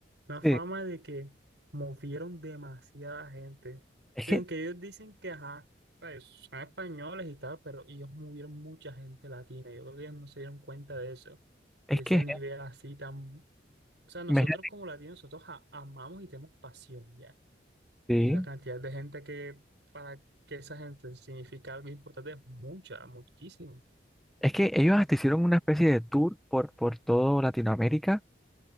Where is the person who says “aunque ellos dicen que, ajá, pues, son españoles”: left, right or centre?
Right